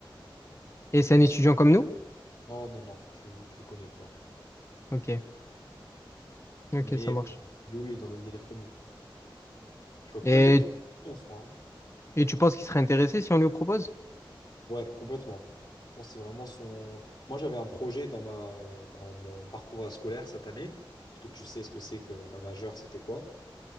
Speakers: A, on the left; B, on the left.
A: Et c'est
B: Mais
A: un étudiant
B: c'est...
A: comme nous?
B: Non, non, non, tu, tu le connais pas.
A: Ok. Ok,
B: Mais
A: ça marche.
B: euh, lui, oui, il est dans le même délire que nous. Tu vois,
A: Et
B: peut-être lui en soi. hein.
A: Et tu penses qu'il serait intéressé si on lui propose?
B: Ouais, complètement. Bon, c'est vraiment son... Moi, j'avais un projet dans ma... dans mon parcours scolaire cette année, parce que tu sais ce que c'est que ma majeure, c'était quoi.